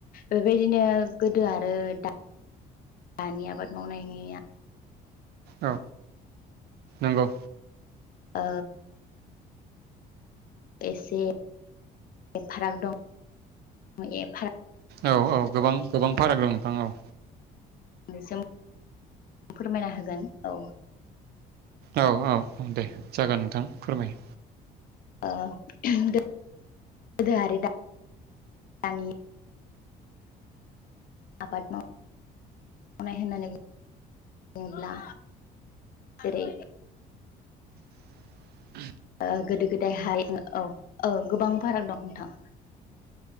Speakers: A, on the left; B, on the right.
A: बेबायदिनो गोदो आरो दा दानि आबाद मावनायनिया
B: औ नंगौ
A: ओ एसे। ए फाराग दं ए फाराग।
B: औ औ गोबां गोबां फाराग दं नोंथां औ
A: से फोरमायना होगोन औ
B: औ औ औ दे जागोन नोंथां फोरमाय
A: ओ गोदोआरि दा दानि आबाद माव मावनाय होननानै बुङोब्ला जेरै
B: <inaudible>
A: ओ गोदो गोदाय ह औ औ गोबां फाराग दं नोंथां